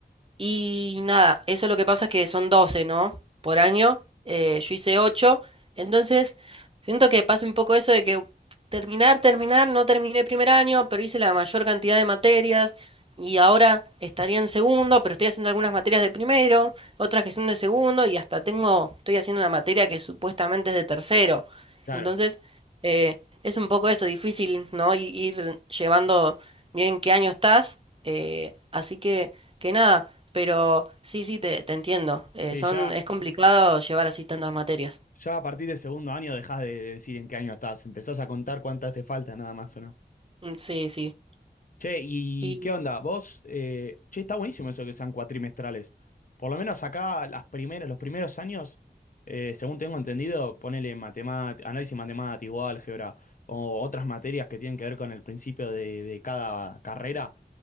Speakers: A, on the right; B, on the left.
A: y nada, eso lo que pasa es que son doce ¿no? Por año. eh, yo hice ocho Entonces, siento que pasa un poco eso de que terminar, terminar, no terminé primer año, pero hice la mayor cantidad de materias. Y ahora estaría en segundo, pero estoy haciendo algunas materias de primero, otras que son de segundo, y hasta tengo, estoy haciendo una materia que supuestamente es de tercero.
B: claro.
A: Entonces, eh, es un poco eso, difícil, ¿no? Y- Ir llevando bien qué año estás. eh, así que, que nada. Pero sí, sí, te, te entiendo. Eh,
B: Sí,
A: son,
B: ya,
A: es complicado llevar así tantas materias.
B: ya a partir del segundo año dejás de, de decir en qué año estás, empezás a contar cuántas te faltan nada más, ¿o no?
A: Mm, Sí, sí.
B: Che, ¿y
A: Y,
B: qué onda? Vos, eh, che, está buenísimo eso que sean cuatrimestrales. Por lo menos acá las primeras, los primeros años, eh, según tengo entendido, ponele matemática, análisis matemático, álgebra o otras materias que tienen que ver con el principio de, de cada carrera,